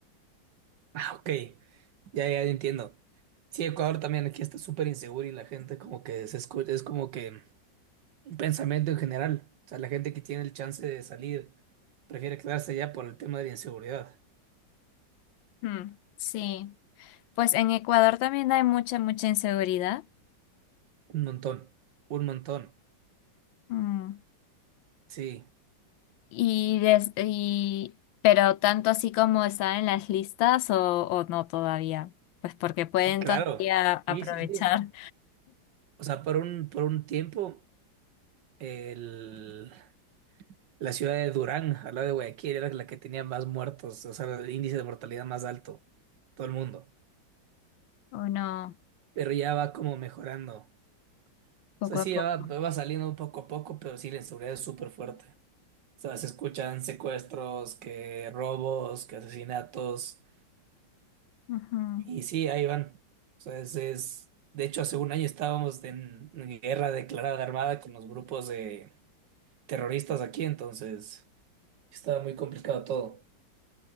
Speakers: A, on the right (about 70°); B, on the left (about 85°).
A: Ah, ok, ya, ya entiendo. Sí, Ecuador también aquí está súper inseguro y la gente como que se escucha, es como que un pensamiento en general. O sea, la gente que tiene el chance de salir prefiere quedarse allá por el tema de la inseguridad.
B: Mm, sí. Pues en Ecuador también hay mucha, mucha inseguridad.
A: Un montón, un montón.
B: Mm.
A: Sí,
B: Y, des- y- pero tanto así como están en las listas o, o no todavía. Pues porque pueden
A: claro.
B: todavía aprovechar
A: Sí, sí, sí. O sea, por un, por un tiempo, el La ciudad de Durán, al lado de Guayaquil, era la que tenía más muertos, o sea, el índice de mortalidad más alto, todo el mundo.
B: <laughs> o no,
A: Pero ya va como mejorando.
B: poco
A: O sea, sí,
B: a poco.
A: ya va, va saliendo poco a poco, pero sí, la inseguridad es súper fuerte. O sea, se escuchan secuestros, que robos, que asesinatos,
B: Ujú.
A: y sí, ahí van. O sea, es, es... De hecho, hace un año estábamos en guerra declarada armada con los grupos de terroristas aquí, entonces estaba muy complicado todo.